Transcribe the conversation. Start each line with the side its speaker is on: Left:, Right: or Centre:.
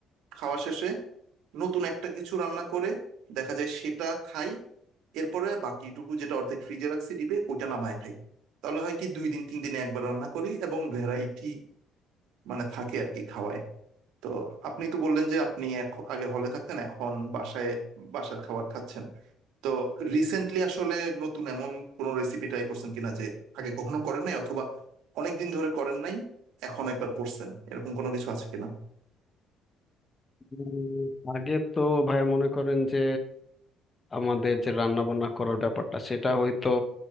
Right: খাওয়া শেষে নতুন একটা কিছু রান্না করে দেখা যায় সেটা খাই এরপরে বাকিটুকু যেটা অর্ধেক ফ্রিজে রাখছি ডিপে ওটা নামায় খাই তাহলে হয় কি দুই দিন তিন দিনে একবার রান্না করি এবং ভ্যারাইটি মানে থাকে আর কি খাওয়ায় তো আপনি তো বললেন যে আপনি এখন আগে হলে থাকতেন এখন বাসায় বাসার খাবার খাচ্ছেন তো রিসেন্টলি আসলে নতুন এমন কোনো রেসিপি ট্রাই করছেন কিনা যে আগে কখনো করেন নাই অথবা অনেক দিন ধরে করেন নাই এখন একবার করছেন এরকম কোনো কিছু আছে কিনা
Left: উম, আগে তো ভাইয়া মনে করেন যে আমাদের যে রান্না বান্না করার ব্যাপারটা সেটা হয়তো